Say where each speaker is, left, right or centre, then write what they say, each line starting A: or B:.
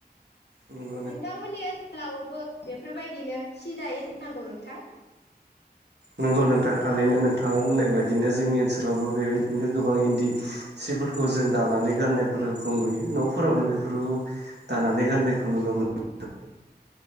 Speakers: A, on the right; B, on the left.
A: ओम
B: नोंथांमोननि ओनसोलावबो बेफोरबायदिनो सि दायो जानांगौ नोंथां
A: नंगौ नोंथां थारैनो नोंथाङा बुंनाय बायदिनो
B: औ
A: जोंनि
B: औ
A: ओनसोलावबो बेबायदि बिदिनो गोबां इन्दि सिफोरखौ जों दानानै गाननायफोरखौ नुयो न'फोरावनो बे बेफोर दानानै गाननायखौ नुनो मोनो